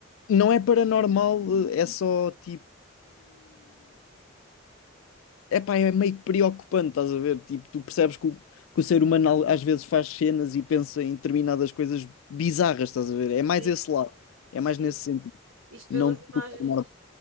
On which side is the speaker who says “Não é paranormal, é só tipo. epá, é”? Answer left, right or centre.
Left